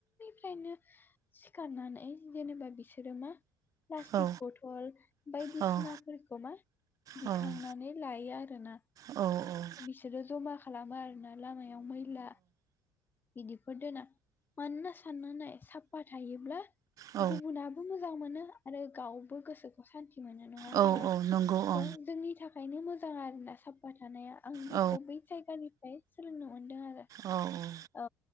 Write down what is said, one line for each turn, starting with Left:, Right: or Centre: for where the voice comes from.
Left: फुंनिफायनो सिखारनानै जेनोबा बिसोरो मा प्लास्टिक
Right: औ
Left: ब'थल बायदिसिनाफोरखौ
Right: औ
Left: मा
Right: औ
Left: दिखांनानै
Right: औ
Left: लायो आरोना
Right: औ
Left: बिसोरो जमा खालामो आरोना लामायाव मैला इदिफोरना मानो ना साननानै साफा थायोब्ला
Right: औ
Left: गुबुनाबो मोजां मोनो आरो गावबो गोसोखौ सानथि मोनो नङा होमबा
Right: औ औ नंगौ औ
Left: थ' जोंनि थाखायनो मोजां आरोना साब साफा थानाया आं
Right: औ
Left: बेखौ बै जायगानिफ्राय सोलोंनो मोनदों आरो
Right: ओ औ
Left: औ